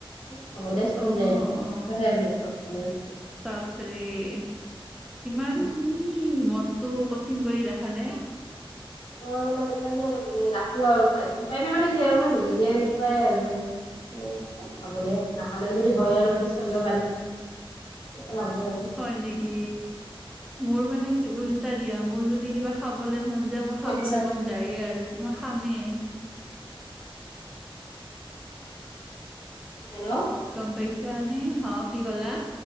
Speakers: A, on the left; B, in the centre.
A: এ হ'ব দে চলি
B: অ',
A: যায় এইটো <unintelligible>
B: বাপৰে এ ইমান
A: মই
B: তুমি মনটো কঠিন কৰি ৰাখা নে?
A: অ, মানে উপায় নাই মানে ৰাখো আৰু উপায় - উপায় নাই মানে কি আৰু মানে নিজে এনেকুৱাই আৰু। <unintelligible> এ হ'ব দে নাখালেও যদি হয় আৰু এইটো চলিব পাৰি এনেকে ভাবো আৰু।
B: হয় নেকি? মোৰ মানে কি উল্টা দিয়া মোৰ যদি কিবা খাবলে মন যায় মোৰ
A: কি
B: খাবলে
A: কৰি আছা
B: মন যায়ে আৰু। তো মই খামে।
A: হেল্ল',
B: গম পইচা নে হ, কি কলা?